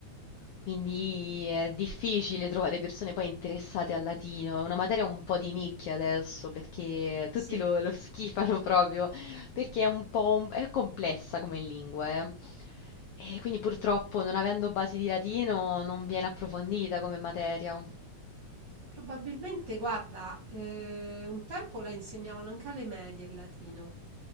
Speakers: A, on the left (about 90°); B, on the right (about 60°).
A: quindi è difficile trovare persone poi interessate al latino, è una materia un po' di nicchia adesso perché
B: Sì.
A: tutti lo, lo schifano proprio, perché è un po' un- è complessa come lingua, eh. E quindi purtroppo non avendo basi di latino non viene approfondita come materia.
B: Probabilmente, guarda, eh, un tempo la insegnavano anche alle medie il latino